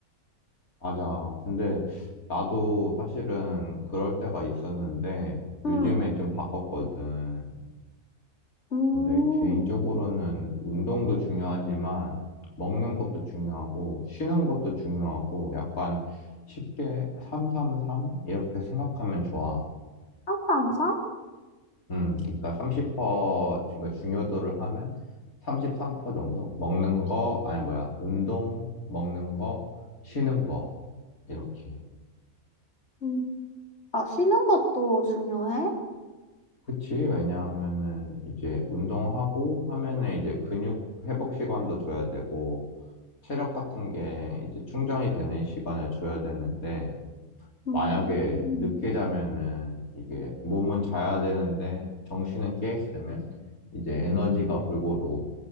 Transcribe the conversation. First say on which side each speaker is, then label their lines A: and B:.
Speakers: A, on the left; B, on the left.
A: 맞아. 근데 나도 사실은 그럴 때가 있었는데
B: 응,
A: 요즘에 좀 바꿨거든.
B: 음,
A: 근데 개인적으로는 운동도 중요하지만 먹는 것도 중요하고 쉬는 것도 중요하고 약간 쉽게 333 이렇게 생각하면 좋아.
B: 삼삼삼?
A: 음, 그러니까 30% 그러니까 중요도를 하면 33% 정도? 먹는 거, 아니 뭐야, 운동, 먹는 거, 쉬는 거 이렇게.
B: 응. 아, 쉬는 것도 중요해?
A: 그치. 왜냐하면은 이제 운동하고 하면은 이제 근육 회복 시간도 줘야 되고 체력 같은 게 이제 충전이 되는 시간을 줘야 되는데
B: 음,
A: 만약에 늦게 자면은 이게 몸은 자야 되는데 정신은 깨 있으면 이제 에너지가 골고루